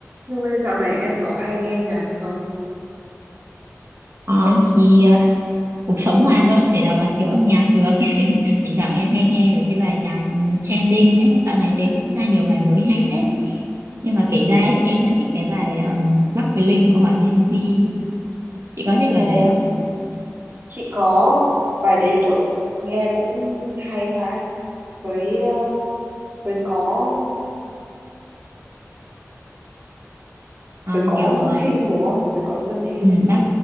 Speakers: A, on the right; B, on the right.
A: Nhung ơi, dạo này em có hay nghe nhạc không?
B: Ờ, thì ờ, cuộc sống mà đâu thể nào mà thiếu âm nhạc được <laughs> thỉnh thoảng em hay nghe mấy cái bài nhạc ừ, trending ấy dạo này thấy cũng ra nhiều bài mới hay phết nhưng mà kể ra ấy, thì em vẫn thích cái bài um, Bắc với Linh của Hòa Minzy chị có thích bài
A: Ồ,
B: đấy không
A: chị có bài đấy kiểu nghe cũng hay vãi với ờ, với có
B: Ờ,
A: với có
B: kiểu ờ,
A: Xuân Hinh đúng không? Với có Xuân Hinh.
B: ừ, bác